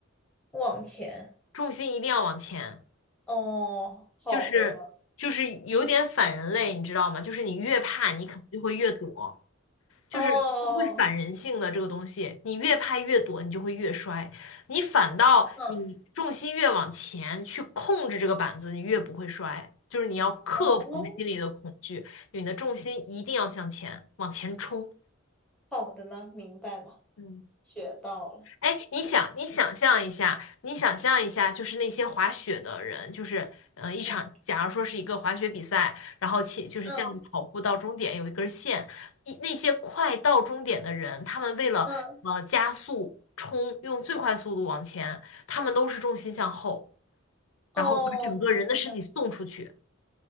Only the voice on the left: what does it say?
重心一定要往前，
就是就是有点反人类，你知道吗？就是你越怕，你可能就会越躲。就是会反人性的这个东西，
你越拍越躲，你就会越摔。你反倒你重心越往前去控制这个板子，
你越不会摔。就是你要克服心里的恐惧，
你的重心一定要向前，往前冲。
嗯
哎，你想，你想象一下，你想象一下，就是那些滑雪的人，就是，呃，一场，
假如说是一个滑雪比赛，然后且就是像跑步到终点有一根线，
一那些快到终点的人，他们为了呃加速冲，
用最快速度往前，他们都是重心向后，
然后把整个人的身体送出去。